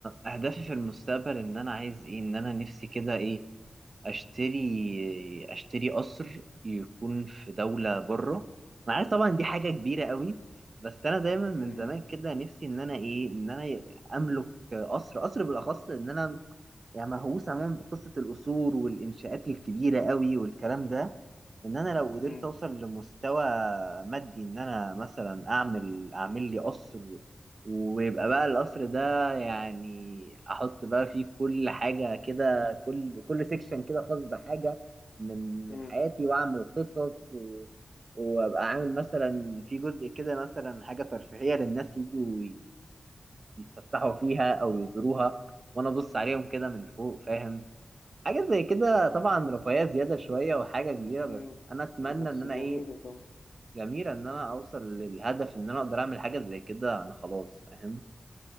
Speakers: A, on the right (about 60°); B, on the left (about 75°).
A: اهدافي في المستقبل ان انا عايز ايه ان انا نفسي كده ايه اشتري اشتري قصر يكون في دولة بره انا عارف طبعا دي حاجة كبيرة قوي بس انا دايما من
B: مم.
A: زمان كده نفسي ان انا ايه ان انا املك قصر قصر بالاخص ان انا يعني مهووس عموما بقصة القصور والانشاءات الكبيرة قوي والكلام ده ان انا لو قدرت
B: مم.
A: اوصل لمستوى مادي ان انا مثلا اعمل اعمل لي قصر ويبقى بقى القصر ده يعني احط بقى فيه كل حاجة كده كل كل سيكشن كده خاص بحاجة من من
B: مم.
A: حياتي واعمل قصص و... وابقى عامل مثلا في جزء كده مثلا حاجة ترفيهية للناس يجوا وي- يتفسحوا فيها او يزوروها وانا ابص عليهم كده من فوق فاهم حاجة زي كده طبعا رفاهية زيادة شوية وحاجة كبيرة بس
B: مم.
A: أنا أتمنى
B: بس
A: إن أنا
B: جميلة
A: إيه
B: طبعا
A: جميلة إن أنا أوصل للهدف إن أنا أقدر أعمل حاجة زي كده أنا خلاص فاهم